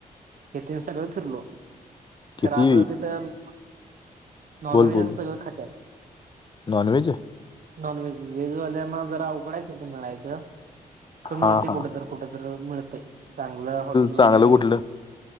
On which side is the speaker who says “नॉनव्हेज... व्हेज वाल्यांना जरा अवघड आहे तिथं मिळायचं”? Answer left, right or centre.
Right